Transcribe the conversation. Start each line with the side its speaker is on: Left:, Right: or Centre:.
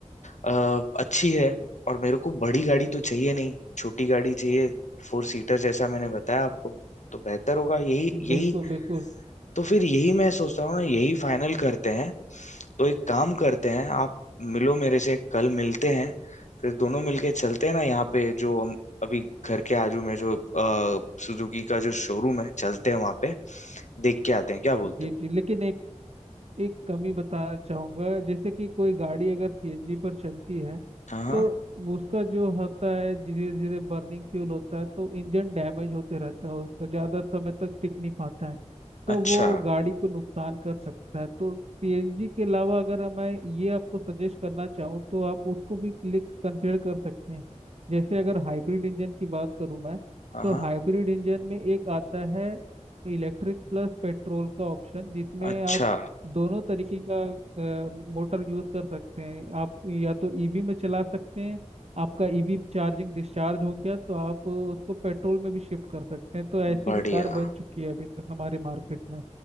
Left: अ, अच्छी है और मेरे को बड़ी गाड़ी तो चाहिए नहीं छोटी गाड़ी चाहिए फोर सीटर जैसा मैंने बताया आपको तो बेहतर होगा यही यही
Right: बिल्कुल बिल्कुल
Left: तो फिर यही मैं सोच रहा हूँ ना, यही फाइनल करते हैं तो एक काम करते हैं आप मिलो मेरे से कल मिलते हैं फिर दोनों मिलके चलते हैं ना यहाँ पे जो हम अभी घर के आजू में जो आ, सुजुकी का जो शोरूम है चलते हैं वहाँ पे देख के आते हैं क्या बोलते
Right: जी
Left: हो
Right: जी लेकिन एक कमी बताना चाहूंगा जैसे कि कोई गाड़ी अगर सीएनजी पर चलती है
Left: हाँ हाँ
Right: तो उसका जो होता है धीरे धीरे बर्निंग फ्यूल होता है तो इंजन डैमेज होते रहता है उसको ज़्यादा समय तक टिक नहीं पाता है तो
Left: अच्छा
Right: वो गाड़ी को नुकसान कर सकता है तो सीएनजी के अलावा अगर मैं ये आपको सजेस्ट करना चाहूँ तो आप उसको भी क्लिक कंसिडर कर सकते हैं जैसे अगर हाइब्रिड इंजन की बात करूँ मैं
Left: हाँ
Right: तो
Left: हाँ
Right: हाइब्रिड इंजन में एक आता है इलेक्ट्रिक प्लस पेट्रोल का ऑप्शन जिसमें
Left: अच्छा
Right: आप दोनों तरीके का अ, मोटर यूज कर सकते हैं आप या तो ईवी में चला सकते हैं आपका ईवी चार्जिंग डिस्चार्ज हो गया तो आप उसको पेट्रोल में भी शिफ्ट कर सकते हैं तो ऐसी
Left: बढ़िया
Right: भी कार बन चुकी है अभी तक हमारे मार्केट में